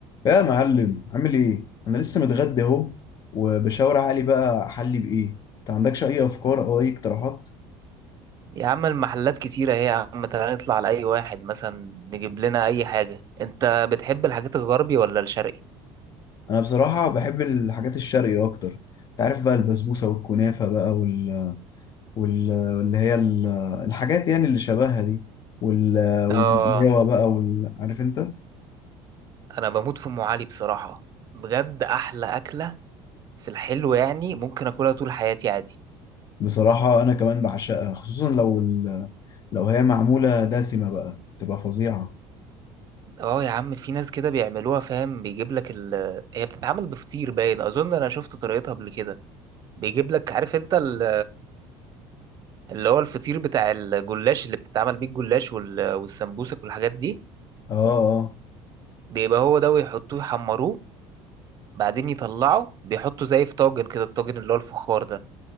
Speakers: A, on the left; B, on the right.
A: يا معلم عامل ايه انا لسه متغدى اهو وبشاور علي بقى احلي بايه انت عندكش اي افكار او اي اقتراحات
B: يا عم المحلات كتيرة اهي يا عم تعالى نطلع لأي واحد مثلا نجيب لنا أي حاجة أنت بتحب الحاجات الغربي ولا الشرقي؟
A: انا بصراحه بحب الحاجات الشرقي اكتر انت عارف بقى البسبوسه والكنافه بقى وال... وال... واللي هي ال... الحاجات يعني اللي شبهها دي وال... والبقلاوه
B: آه
A: بقى وال... عارف انت
B: أنا بموت في أم علي بصراحة بجد أحلى أكلة في الحلو يعني ممكن أكلها طول حياتي عادي
A: بصراحه انا كمان بعشقها خصوصا لو ال... لو هي معموله دسمه بقى تبقى فظيعه
B: آه يا عم في ناس كده بيعملوها فاهم بيجيب لك ال هي بتتعمل بفطير باين أظن أنا شفت طريقتها قبل كده بيجيب لك عارف أنت ال اللي هو الفطير بتاع الجلاش اللي بتتعمل بيه الجلاش وال- والسمبوسك والحاجات دي
A: اه اه
B: بيبقى هو ده ويحطوه يحمروه بعدين يطلعه بيحطه زي في طاجن كده الطاجن اللي هو الفخار ده